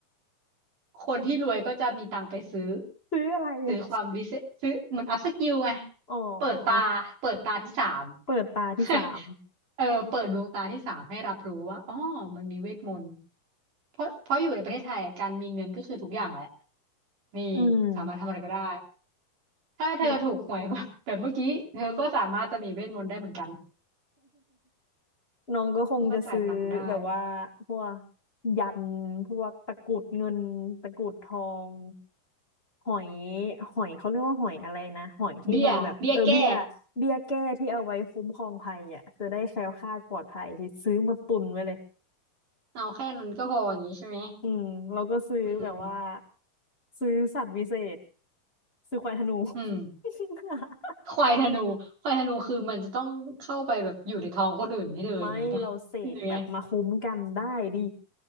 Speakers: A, on the right; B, on the left.
A: คนที่รวยก็จะมีตังค์ไปซื้อ
B: ซื้ออะไรอะ
A: ซื้อความวิเศษซื้อเหมือนอัพสกิลไง
B: อ๋อ
A: เปิดตาเปิดตาที่สาม
B: เปิดตาที่สาม
A: <laughs> เออเปิดดวงตาที่สามให้รับรู้ว่าอ๋อมันมีเวทมนต์เพราะเพราะอยู่ในประเทศไทยอะการมีเงินก็คือทุกอย่างแหละนี่
B: อืม
A: สามารถทำอะไรก็ได้ถ้าเธอถูกหวยแบบแบบเมื่อกี้เธอก็สามารถจะมีเวทมนต์ได้เหมือนกัน
B: ก็ <laughs> น้องก็คงจะซื้อแบบว่าพวก
A: ก็มาจ่ายตังค์ได้
B: ยันพวกตะกรุดเงินตะกรุดทองหอยหอยเขาเรียกว่าหอยอะไรนะหอยที่มันแบบเออเบี้ยเบี้ยแก้ที่เอาไว้คุ้มครองภัยอ่ะจะได้แคล้วคลาดปลอดภัยที่ซื้อมาตุนไว้เลย
A: เบี้ยเบี้ยแก้เอาแค่นั้นก็พออย่างนี้ใช่ไหม
B: อืมเราก็ซื้อแบบว่า
A: อืม
B: ซื้อสัตว์วิเศษซื้อควายธนู
A: อืม
B: <laughs>
A: ควายธนูควายธนูคือมันจะต้องเข้าไปแบบอยู่ในท้องคนอื่นให้เธออย่างนี้ป่ะหรือไง
B: ไม่เราเสกแบบมาคุ้มกันได้ดิ